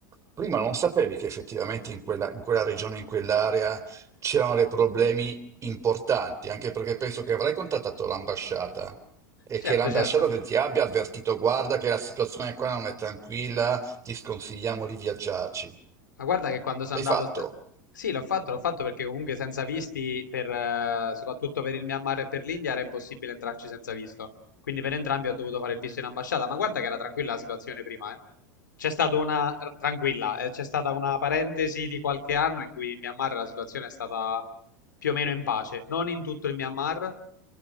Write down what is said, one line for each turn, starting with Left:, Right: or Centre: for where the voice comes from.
Right: prima non sapevi che effettivamente in quella, in quella regione, in quell'area c'erano dei problemi importanti, anche perché penso che avrai contattato l'ambasciata e
Left: Certo,
Right: che l'ambasciata
Left: certo.
Right: te- ti abbia avvertito, guarda che la situazione qua non è tranquilla, ti sconsigliamo di viaggiarci.
Left: Ma guarda che quando sono
Right: L'hai
Left: andato
Right: fatto?
Left: al te- Sì, l'ho fatto, l'ho fatto perché comunque senza visti, per, eh, soprattutto per il Myanmar e per l'India, era impossibile entrarci senza visto. Quindi per entrambi ho dovuto fare il visto in ambasciata. Ma guarda che era tranquilla la situazione prima, eh. C'è stata una... tranquilla, eh, c'è stata una parentesi di qualche anno in cui in Myanmar la situazione è stata più o meno in pace. Non in tutto il Myanmar,